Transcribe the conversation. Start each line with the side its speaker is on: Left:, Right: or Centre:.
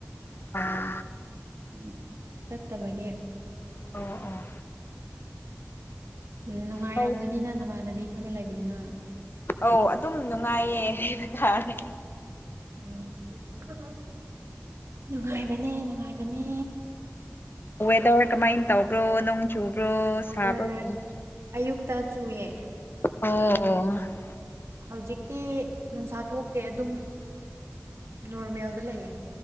Left: <unintelligible>
Right: <unintelligible> ꯆꯠꯇꯕꯒꯤ
Left: ꯑꯣ ꯑꯣ
Right: ꯅꯨꯡꯉꯥꯏꯔꯝꯒꯅꯤꯅ
Left: ꯑꯧ
Right: ꯅꯃꯥꯟꯅꯕꯤꯈꯣꯏꯒ ꯂꯩꯕꯅꯤꯅ
Left: ꯑꯧ ꯑꯗꯨꯝ ꯅꯨꯡꯉꯥꯏꯌꯦ ꯍꯥꯏꯕ ꯇꯥꯔꯦ
Right: ꯎꯝ ꯅꯨꯡꯉꯥꯏꯕꯅꯦ ꯅꯨꯡꯉꯥꯏꯕꯅꯦ
Left: ꯋꯦꯗꯔ ꯀꯃꯥꯏ ꯇꯧꯕ꯭ꯔꯣ ꯅꯣꯡ ꯆꯨꯕ꯭ꯔꯣ
Right: ꯋꯦꯗꯔ
Left: ꯁꯥꯕ꯭ꯔꯣ ꯎꯝ
Right: ꯑꯌꯨꯛꯇ ꯆꯨꯌꯦ
Left: ꯑꯣ ꯑꯣ
Right: ꯍꯧꯖꯤꯛꯇꯤ ꯅꯨꯡꯁꯥ ꯊꯣꯛꯇꯦ ꯑꯗꯨꯝ ꯅꯣꯔꯃꯦꯜꯗ ꯂꯩꯌꯦ